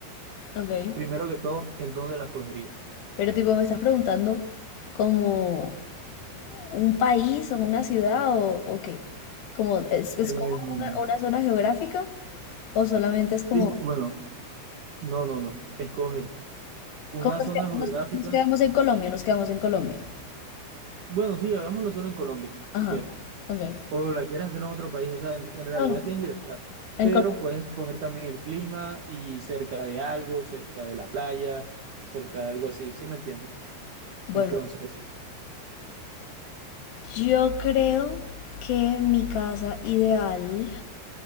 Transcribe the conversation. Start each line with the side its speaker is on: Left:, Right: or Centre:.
Left: ok.
Right: primero que todo, ¿en dónde la escogerías?
Left: Pero tipo, ¿me estás preguntando como un país o una ciudad o, o qué? Como, ¿es, es
Right: Em,
Left: como una, una zona geográfica o solamente es
Right: sí,
Left: como...
Right: bueno, no, no, no, escoge una
Left: como nos,
Right: zona
Left: queda-
Right: geográfica
Left: nos- nos quedamos en Colombia? Nos quedamos en Colombia.
Right: Bueno, sí, hagámoslo solo en Colombia, si
Left: Ajá,
Right: quieres.
Left: ok.
Right: O la quieres hacer en otro país, o sea, en, en realidad
Left: No, no,
Right: tienes libertad.
Left: en
Right: Pero
Left: Colombia.
Right: puedes escoger también el clima y cerca de algo, cerca de la playa, cerca de algo así, ¿sí me entiendes?
Left: Bueno,
Right: Entonces,
Left: yo creo que mi casa ideal...